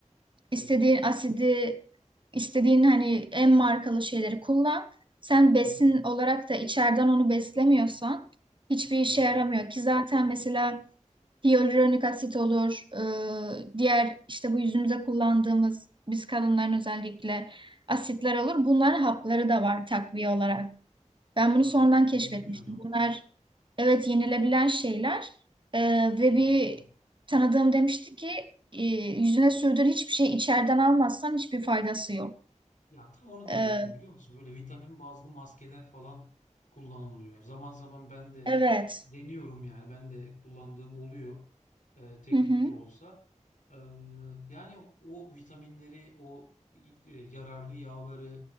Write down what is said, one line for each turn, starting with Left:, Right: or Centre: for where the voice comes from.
Left: Evet.
Right: İstediğin asidi, istediğin hani en markalı şeyleri kullan. Sen
Left: Hı
Right: besin
Left: hı.
Right: olarak da içeriden onu beslemiyorsan hiçbir işe
Left: Doğru.
Right: yaramıyor ki zaten mesela hyaluronik asit olur, e, diğer işte bu yüzümüze kullandığımız biz kadınların özellikle asitler olur. Bunların hapları da var takviye olarak. Ben
Left: Aa,
Right: bunu sonradan
Left: onu
Right: keşfetmiştim.
Left: bilmiyordum.
Right: Bunlar evet yenilebilen şeyler Ee, ve
Left: Hmm.
Right: bir tanıdığım demişti ki e, yüzüne sürdüğün hiçbir şey içeriden almazsan hiçbir faydası yok.
Left: Ya tam onu diyecektim
Right: Ee,
Left: biliyor musun? Böyle vitamin bazlı maskeler falan kullanılıyor. Zaman zaman ben de
Right: evet.
Left: deniyorum yani. Ben de kullandığım oluyor. e, tek
Right: Hı hı,
Left: tük de olsa. Ee, yani o vitaminleri, o e, yararlı yağları